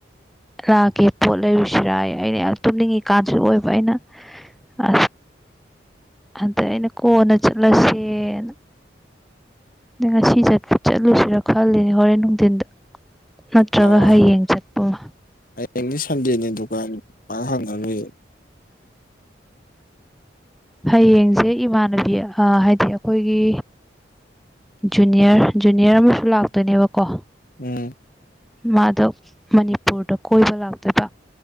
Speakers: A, in the centre; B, on the left.
A: ꯂꯥꯛꯒꯦ ꯄꯣꯠ ꯂꯩꯔꯨꯁꯤꯔꯥ ꯑꯩꯅ ꯌꯥꯝ ꯇꯨꯝꯅꯤꯡꯉꯤꯀꯥꯟꯁꯤ ꯑꯣꯏꯕ ꯑꯩꯅ ꯑ ꯑꯗ ꯑꯩꯅ ꯀꯣꯟꯅ ꯆꯠꯂꯁꯦꯅ ꯑꯗ ꯉꯁꯤ ꯆꯠꯄ ꯆꯠꯂꯦ ꯂꯨꯁꯤꯔꯣ ꯈꯜꯂꯤꯅꯦ ꯍꯣꯔꯦꯟ ꯅꯨꯡꯊꯤꯟꯗ ꯅꯠꯇ꯭ꯔꯒ
B: ꯂꯥꯛꯑꯣ
A: ꯍꯌꯦꯡ
B: ꯍꯥꯏꯒꯅꯤ
A: ꯆꯠꯄ ꯑꯃ
B: ꯍꯌꯦꯡꯅꯤ ꯁꯟꯗꯦꯅꯦ ꯗꯨꯀꯥꯟ ꯍꯪꯉ ꯂꯨꯏ
A: ꯍꯌꯦꯡꯁꯦ ꯏꯃꯥꯟꯅꯕꯤ ꯍꯥꯏꯗꯤ ꯑꯩꯈꯣꯏꯒꯤ ꯖꯨꯅꯤꯌꯔ ꯖꯨꯅꯤꯌꯔ ꯑꯃꯁꯨ ꯂꯥꯛꯇꯣꯏꯅꯦꯕꯀꯣ
B: ꯎꯝ
A: ꯃꯥꯗꯣ ꯃꯅꯤꯄꯨꯔꯗ ꯀꯣꯏꯕ ꯂꯥꯛꯇꯕ